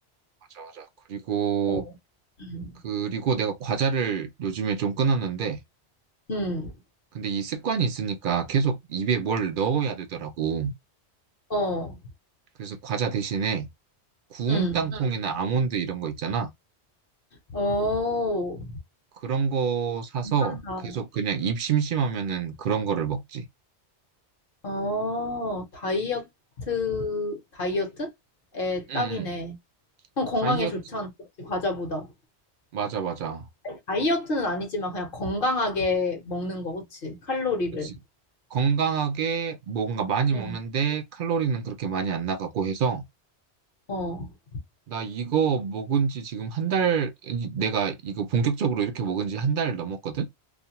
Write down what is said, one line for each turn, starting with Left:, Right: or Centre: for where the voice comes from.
Right: 맞아, 맞아. 그리고,
Left: 어. 음.
Right: 그리고 내가 과자를 요즘에 좀 끊었는데,
Left: 음.
Right: 근데 이 습관이 있으니까 계속 입에 뭘 넣어야 되더라고.
Left: 어.
Right: 그래서 과자 대신에 구운
Left: 음.
Right: 응. 땅콩이나 아몬드 이런 거 있잖아.
Left: 어.
Right: 그런 거 사서
Left: 괜찮다.
Right: 계속 그냥 입 심심하면은 그런 거를 먹지.
Left: 어. 다이어트, 다이어트? 에
Right: 응,
Left: 딱이네.
Right: 응.
Left: 그럼 건강에
Right: 다이어트,
Left: 좋잖아. 그치? 과자보다.
Right: 맞아, 맞아.
Left: 다이어트는 아니지만 그냥 건강하게 먹는 거, 그치? 칼로리를.
Right: 그치. 건강하게 뭔가 많이
Left: 응
Right: 먹는데 칼로리는 그렇게 많이 안 나가고 해서
Left: 어.
Right: 나 이거 먹은 지 지금 한 달, 내가 이거 본격적으로 이렇게 먹은 지 한 달 넘었거든?